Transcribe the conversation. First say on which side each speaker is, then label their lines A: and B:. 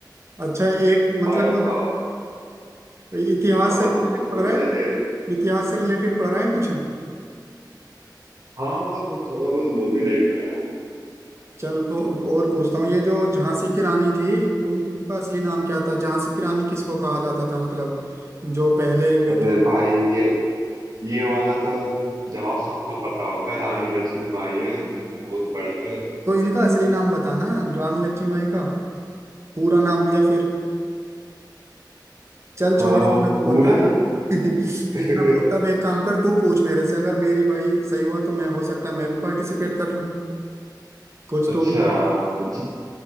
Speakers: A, on the right; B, on the right.
A: अच्छा एक मतलब
B: भाई आपका
A: इतिहास
B: कहो
A: से रिलेटेड
B: तो हम
A: पढ़
B: पूछे
A: रहा है
B: थे
A: इतिहास से रिलेटेड पढ़ रहा है कुछ
B: हाँ मतलब तो थोड़ा बहुत वो भी देख रहे हैं
A: चल वो- और पूछता हूँ ये जो झांसी की रानी थी उनका असली नाम क्या था झांसी की रानी किसको कहा जाता था मतलब जो पहले युद्ध
B: अरे
A: हो-
B: भाई ये ये वाला तो जवाब सबको पता होगा रानी लक्ष्मीबाई है हमने बहुत पढ़ा है अ,
A: तो इनका असली नाम बताना रानी लक्ष्मीबाई का पूरा नाम या फिर चल छोड़
B: पूरा
A: इतना बहुत है
B: ना
A: <laughs>
B: <laughs>
A: इतना बहुत है, अब एक काम कर तू पूछ मेरे से अगर मेरी भाई सही हुआ तो मैं हो सकता है मैं भी पार्टिसिपेट कर लूं कुछ
B: अच्छा
A: तो भी तो
B: च-